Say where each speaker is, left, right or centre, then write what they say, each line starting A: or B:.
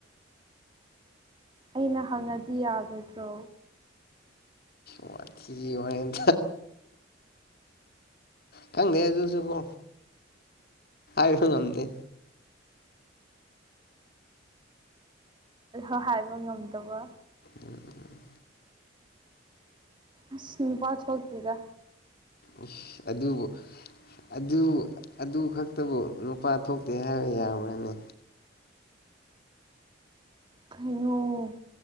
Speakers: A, on the right; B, on the left.
A: ꯑꯩꯅ ꯍꯪꯉꯗꯤ ꯌꯥꯒꯗ꯭ꯔꯣ
B: ꯎ ꯊꯤ ꯋꯥꯔꯦꯝ ꯈꯪꯗꯦ ꯑꯗꯨꯁꯨ ꯀꯣ ꯍꯥꯏꯁꯨ ꯉꯝꯗꯦ
A: ꯑ ꯍꯥꯏꯕ ꯉꯝꯗꯕ
B: ꯎꯝ
A: ꯑꯁ ꯅꯨꯄꯥ ꯊꯣꯛꯇꯦꯗ
B: ꯎ ꯑꯗꯨꯕꯨ ꯑꯗꯨ ꯑꯗꯨ ꯈꯛꯇꯕꯨ ꯅꯨꯄꯥ ꯊꯣꯛꯇꯦ ꯍꯥꯏꯕ ꯌꯥꯕ꯭ꯔꯅꯤ
A: ꯀꯩꯅꯨ